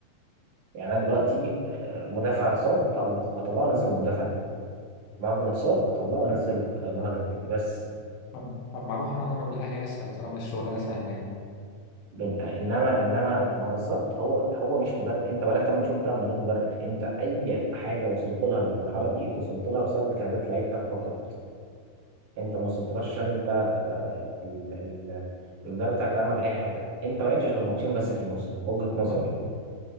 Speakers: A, on the right; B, on the left.
A: يعني انا دلوقتي آه، مدافع اتصاب أطل- اطلعه وانزل مدافع تاني مهاجم اتصاب اطلعه وانزل آه، مهاجم تاني بس
B: طب طب ما اروح انا ادرب الاهلي اسهل طالما الشغلانه سهله يعني
A: بن- آه، انما انما ما بالظبط هو هو مش مدرب انت بقالك 8 شهور بتلعب من غير مدرب انت اي حاجه وصلت لها للمرحله دي وصلت لها بسبب اجتهادات لعيبتك فقط انت ما وصلتلاش عشان انت آه، ال- ال- المدرب بتاعك ده عمل اي حاجه انت ما لعبتش غير ماتشين بس في الموسم وجهه نظري
B: طب
A: يعني